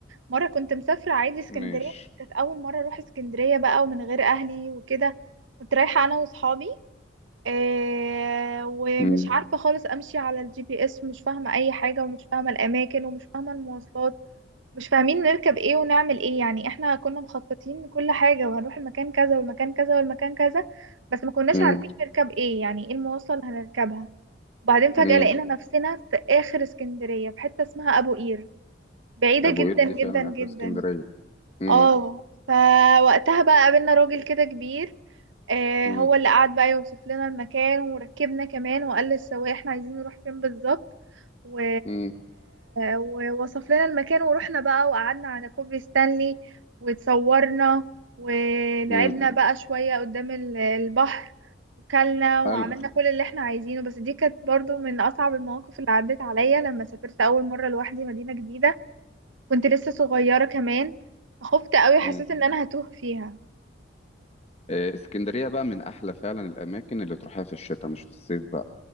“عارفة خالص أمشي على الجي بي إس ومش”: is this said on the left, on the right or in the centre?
Right